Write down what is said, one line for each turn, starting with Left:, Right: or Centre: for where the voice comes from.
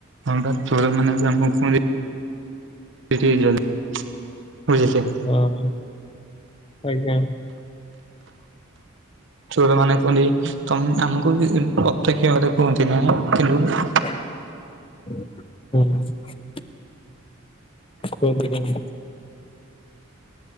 Right: ହଁ ପାଚୋର ମାନେ ଯଦି ଆମୁକୁ କୂଅନ୍ତି ସେଠି କି ଜୀବାନେଇଁ ପଳିଆସିଆ।
Left: ହଁ ହଁ ଆଜ୍ଞା
Right: ଚୋର ମାନେ କୁଅନ୍ତି, ତମେ ଆମୁକୁ ବି ଏ -ମ୍ ଅପେକ୍ଷା କରିବ କୁହନ୍ତିନି ହେଲା ରୂମ
Left: ହୁଁ ଫୋନ ରେ କଁ ଏମ୍